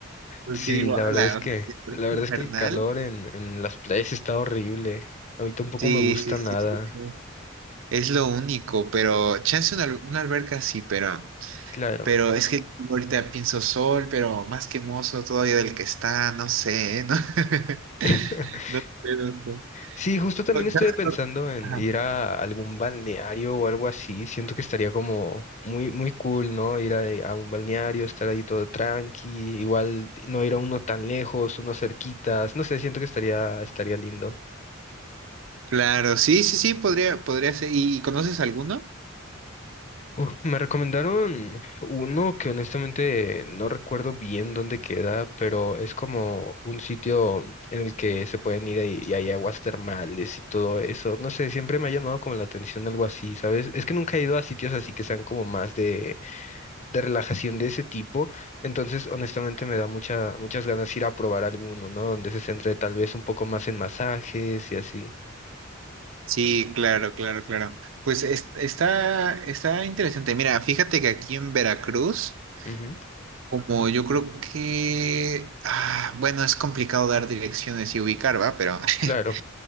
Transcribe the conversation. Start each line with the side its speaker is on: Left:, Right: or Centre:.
Right: porque
Left: Sí,
Right: digo,
Left: la
Right: ala,
Left: verdad es que,
Right: o sea, si es por
Left: la
Right: esto
Left: verdad
Right: infernal,
Left: es que el calor en, en las playas está horrible. A mí tampoco
Right: sí,
Left: me gusta
Right: sí, sí,
Left: nada.
Right: sí, sí, es lo único, pero chance una, al- una alberca sí, pero...
Left: Claro.
Right: Pero es que ahorita pienso sol, pero más quemoso todavía del que está, no sé, ¿eh? <laughs>
Left: <laughs>
Right: ¿no? No sé, no sé.
Left: Sí, justo también
Right: O
Left: estuve
Right: sea,
Left: pensando en
Right: ajá.
Left: ir a algún balneario o algo así. Siento que estaría como muy, muy cool, ¿no? Ir a, a un balneario, estar ahí todo tranqui, igual no ir a uno tan lejos, uno cerquitas. No sé, siento que estaría, estaría lindo.
Right: Claro, sí, sí, sí, podría, podría ser. ¿Y conoces alguno?
Left: Uf, me recomendaron uno que honestamente no recuerdo bien dónde queda, pero es como un sitio en el que se pueden ir ahí- y hay aguas termales y todo eso. No sé, siempre me ha llamado como la atención algo así, ¿sabes? Es que nunca he ido a sitios así que sean como más de, de relajación de ese tipo, entonces honestamente me da mucha, muchas ganas ir a probar alguno, ¿no? Donde se centre tal vez un poco más en masajes y así.
Right: Sí, claro, claro, claro. Pues es- está, está interesante. Mira, fíjate que aquí en Veracruz,
Left: Ujú,
Right: como yo creo que, ah, bueno, es complicado dar direcciones y ubicar, ¿va? Pero <laughs>
Left: claro,